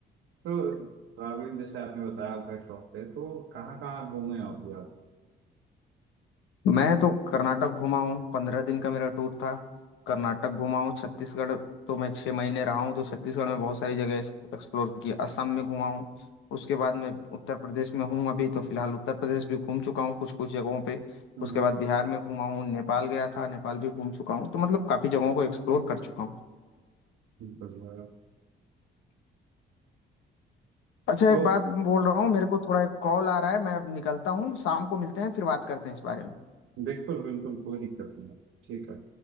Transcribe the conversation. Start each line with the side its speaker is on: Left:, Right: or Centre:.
Right: तो ट्रैवलिंग जैसे आपने बताया आपका शौक है तो कहाँ कहाँ घूमे आप भी आप
Left: मैं तो कर्नाटक घूमा हूँ पंद्रह दिन का मेरा टूर था कर्नाटक घूमा हूँ छत्तीसगढ़ तो मैं छः महीने रहा हूँ तो छत्तीसगढ़ में बहुत सारी जगह एक्सप्लोर की असम में घूमा हूँ उसके बाद मैं उत्तर प्रदेश में हूँ अभी तो फिलहाल उत्तर प्रदेश भी घूम चुका हूँ कुछ कुछ जगहों पे
Right: हम्म
Left: उसके बाद बिहार में घूमा हूँ नेपाल गया था नेपाल भी घूम चुका हूँ तो मतलब काफ़ी जगहों को एक्सप्लोर कर चुका हूँ
Right: हम्म, बढ़िया
Left: अच्छा
Right: तो
Left: एक बात बोल रहा हूँ मेरे को थोड़ा एक कॉल आ रहा है मैं अब निकलता हूँ शाम को मिलते हैं फिर बात करते हैं इस बारे में
Right: बिल्कुल बिल्कुल कोई दिक्कत नहीं है ठीक है